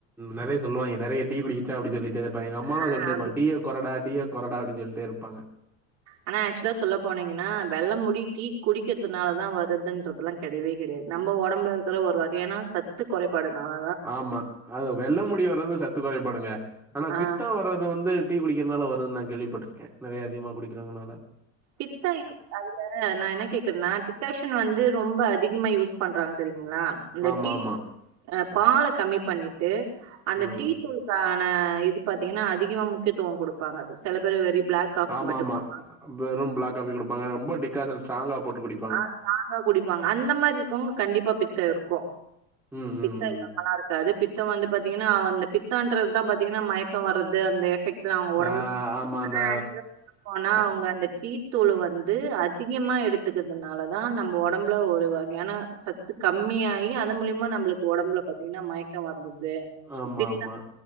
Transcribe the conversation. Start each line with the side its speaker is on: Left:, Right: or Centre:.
Centre: நெறைய சொல்லுவாய்ங்க நெறைய டீ குடிச்சா அப்டி சொல்லிட்டே இருப்பாய்க எங்க அம்மாலா
Right: ஆ
Centre: சொல்லிட்டேருப்பாங்க
Right: அப்படி-
Centre: டீய கொறடா டீய கொறடா அப்டின்னு சொல்லிட்டே இருப்பாங்க
Right: ஆனா ஆக்சுவலா சொல்ல போனீங்கன்னா வெள்ள முடி டீ குடிக்கிறதுனால தா வருதுன்றதெல்லா கெடையவே கெடையது நம ஒடம்புல இருக்கிற ஒரு வகையான சத் சத்து இந்த குறைபாடு தா
Centre: ஆமா அது வெள்ள முடி வர்றது சத்து குறைபாடுங்க ஆனா
Right: ஆ
Centre: பித்த வர்றது வந்து டீ குடிக்கிறதுனால வருது நா கேள்விப்பட்டிருக்கே நெறைய அதிகமா குடிக்கிறதுனால
Right: பித்தையு அது நா என்ன கேக்குறனா டிகாஷன் வந்து ரொம்ப அதிகமா யூஸ் பண்றாங்க தெரியுங்களா அந்த
Centre: ஆமா,
Right: டீ
Centre: ஆமா.
Right: பால கம்மி பண்ணிட்டு அந்த
Centre: ம்.
Right: டீ <unintelligible> இது பாத்தீங்கன்னா அதிகமா முக்கியத்துவ குடுப்பாங்க சில பேர் வெரி பிளாக் காஃபி
Centre: ஆமா
Right: மட்டு
Centre: ஆமா
Right: குடுப்பாங்க
Centre: வெறு பிளாக் காபி கொடுப்பாங்க ரொம்ப டிகாஷன் ஸ்ட்ராங்கா போட்டு குடி
Right: அ ஸ்ட்ராங்கா குடிப்பாங்க அந்த மாரி இருக்றவங்க கண்டிப்பா பித்த இருக்கு
Centre: ம் ம்
Right: பித்த இல்லமல்லா
Centre: ம்.
Right: இருக்காது பித்தம் வந்து பாத்தீங்கன்னா அந்த பித்தன்றதுதா பாத்தீங்கன்னா மயக்க வர்றது அந்த எபக்ட் அவங்க ஒடம்பு
Centre: ஆ ஆமா
Right: ஆனா
Centre: அந்த
Right: ஆக்சுல போனா
Centre: க
Right: அவங்க அந்த டீத்தூள வந்து அதிகமா எடுத் துக்கிறதுனாலதா நம்ம ஒடம்புல ஒரு வகையான சக்த கம்மி அயி அத மூலயமா நம்மளுக்கு ஒடம்புல பாத்தீங்கன்னா மயக்க வர்றது
Centre: ஆமா
Right: பித்த
Centre: ஆமா